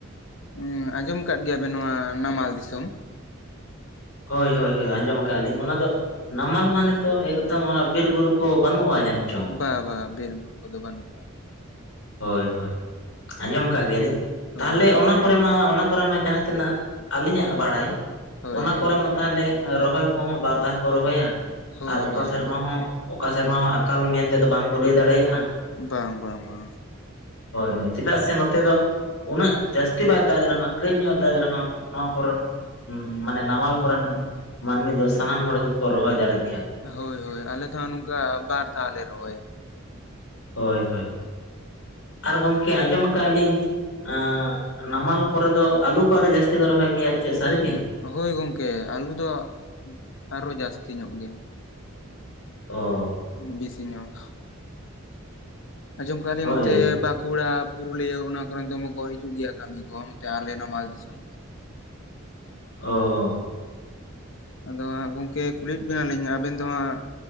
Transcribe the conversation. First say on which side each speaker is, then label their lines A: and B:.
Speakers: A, on the left (about 65°); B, on the left (about 85°).
A: ᱩᱸ ᱟᱡᱚᱢ ᱟᱠᱟᱫ ᱜᱮᱭᱟ ᱵᱤᱱ ᱱᱚᱣᱟ ᱱᱟᱢᱟᱞ ᱫᱤᱥᱚᱢ?
B: ᱦᱳᱭ ᱦᱳᱭ ᱦᱳᱭ ᱟᱸᱡᱚᱢ ᱟᱠᱟᱜᱼᱟᱸᱞᱤᱧ ᱚᱱᱟ ᱫᱚ ᱱᱟᱢᱟᱞ ᱢᱟᱱᱮ ᱛᱚ ᱮᱠᱫᱚᱢ ᱚᱱᱟ ᱵᱤᱨ ‌ᱵᱩᱨᱩ ᱠᱚ ᱵᱟᱱᱩᱜ-ᱟ ᱡᱟᱹᱱᱤᱡ ᱪᱚᱝ?
A: ᱵᱟ ᱵᱟᱝᱼᱟ ᱵᱤᱨ ᱵᱩᱨᱩ ᱠᱚᱫᱚ ᱵᱟᱹᱱᱩᱜᱼᱟ᱾
B: ᱦᱳᱭ ᱦᱳᱭ ᱟᱸᱡᱚᱢ ᱟᱠᱟᱜ ᱜᱮᱭᱟᱞᱤᱧ
A: ᱦᱳᱭ
B: ᱛᱟᱦᱮᱞᱮ ᱚᱱᱟ ᱯᱚᱨᱮ ᱢᱟ ᱦᱟᱸᱜ ᱚᱱᱟ ᱠᱚᱨᱮ ᱢᱟ ᱡᱟᱦᱟᱸ ᱛᱤᱱᱟᱹᱜ ᱟᱹᱞᱤᱧᱟᱜ ᱵᱟᱲᱟᱭ,
A: ᱦᱳᱭ
B: ᱚᱱᱟ
A: ᱦᱳᱭ
B: ᱠᱚᱨᱮ ᱢᱟ ᱛᱟᱦᱮᱞᱮ ᱨᱚᱦᱚᱭ ᱠᱚᱦᱚᱸ ᱵᱟᱨ ᱫᱷᱟᱣ ᱠᱚ ᱨᱚᱦᱚᱭᱟ,
A: ᱦᱳᱭ
B: ᱟᱨ ᱚᱠᱟ
A: ᱦᱳᱭ
B: ᱥᱮᱨᱢᱟ ᱦᱚᱸ ᱚᱠᱟ ᱥᱮᱨᱢᱟ ᱦᱚᱸ ᱟᱠᱟᱞ ᱢᱮᱱᱛᱮ ᱫᱚ ᱵᱟᱝ ᱠᱚ ᱞᱟᱹᱭ ᱫᱟᱲᱮᱭᱟᱜᱼᱟ᱾
A: ᱵᱟᱝ ᱵᱟᱝ ᱵᱟᱝᱼᱟ᱾
B: ᱦᱳᱭ ᱦᱳᱭ ᱪᱮᱫᱟᱜ ᱥᱮ ᱱᱚᱛᱮ ᱫᱚ ᱩᱱᱟᱹᱜ ᱡᱟᱹᱥᱛᱤ ᱵᱟᱭ ᱫᱟᱜᱽ ᱨᱮᱦᱚᱸ ᱠᱟᱹᱡ ᱧᱚᱜ ᱮ ᱫᱟᱜᱽ ᱨᱮᱦᱚᱸ ᱱᱚᱜᱼᱱᱚᱣᱟ ᱠᱚᱨᱮᱱ ᱩᱸ ᱢᱟᱱᱮ ᱱᱟᱢᱟᱞ ᱠᱚᱨᱮᱱ ᱢᱟᱹᱱᱢᱤ ᱫᱚ ᱥᱟᱱᱟᱢ ᱦᱚᱲ ᱜᱮᱠᱚ ᱨᱚᱦᱚᱭ ᱫᱟᱲᱮᱜ ᱜᱮᱭᱟ ᱠᱚ᱾
A: ᱦᱳᱭ ᱦᱳᱭ ᱟᱞᱮ ᱫᱚ ᱦᱟᱸᱜ ᱱᱚᱝᱠᱟ ᱵᱟᱨ ᱫᱷᱟᱣ ᱞᱮ ᱨᱚᱦᱚᱭᱟ᱾
B: ᱦᱳᱭ ᱦᱳᱭ᱾ ᱟᱨ ᱜᱚᱝᱠᱮ ᱟᱸᱡᱚᱢ ᱟᱠᱟᱜ ᱟᱹᱞᱤᱧ ᱮᱸ ᱻᱜ ᱱᱟᱢᱟᱞ ᱠᱚᱨᱮ ᱫᱚ ᱟᱹᱞᱩ ᱠᱚ ᱟᱹᱰᱤ ᱡᱟᱹᱥᱛᱤ ᱠᱚ ᱨᱚᱦᱚᱭ ᱜᱮᱭᱟ, ᱪᱮᱫ ᱥᱟᱹᱨᱤᱜᱮ?
A: ᱦᱳᱭ ᱦᱳᱭ ᱜᱚᱢᱠᱮ ᱟᱹᱞᱩ ᱫᱚ ᱟᱨᱚ ᱡᱟᱹᱥᱛᱤ ᱧᱚᱜ ᱜᱮᱭᱟ᱾
B: ᱚ᱾
A: ᱵᱮᱥᱤᱧᱚᱜ ᱟᱸᱡᱚᱢ ᱠᱟᱜ‌ ᱟᱞᱤᱧ
B: ᱦᱳᱭ
A: ᱚᱱᱛᱮ ᱵᱟᱸᱠᱩᱲᱟ ᱯᱩᱨᱩᱞᱤᱭᱟᱹ ᱚᱱᱟ ᱠᱚᱨᱮᱱ ᱫᱚᱢᱮ ᱠᱚ ᱦᱤᱡᱩᱜ ᱜᱮᱭᱟ ᱠᱟᱹᱢᱤ ᱠᱚ᱾ ᱠᱮ ᱟᱞᱮ ᱱᱟᱢᱟᱞ ᱫᱤᱥᱚᱢ᱾
B: ᱚ ᱚ᱾
A: ᱩᱸ ᱟᱫᱚ ᱦᱟᱸᱜ ᱜᱚᱝᱠᱮ ᱠᱩᱞᱤᱭᱮᱫ ᱵᱮᱱᱟᱞᱤᱧ ᱟᱵᱮᱱ ᱫᱚ ᱦᱟᱸᱜ